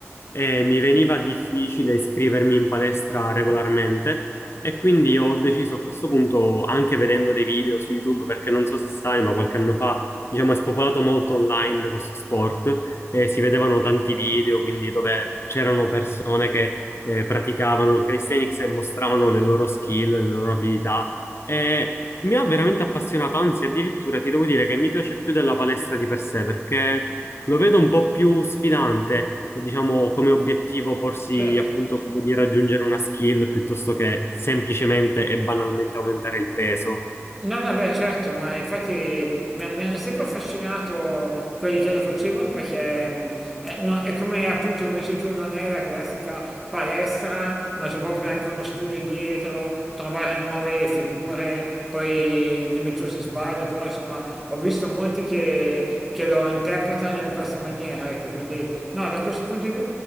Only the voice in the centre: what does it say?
Certo.
No, no, beh, certo, ma infatti mi, ha- mi hanno sempre affascinato quelli che lo facevano perché mh, eh, no, è come appunto come dici tu, non è la classica palestra, ma c'è proprio anche uno studio dietro, trovare nuove figure, poi dimmi tu se sbaglio, però insomma ho visto molti che, che lo interpretano in questa maniera, ecco, quindi no, da questo punto di vista di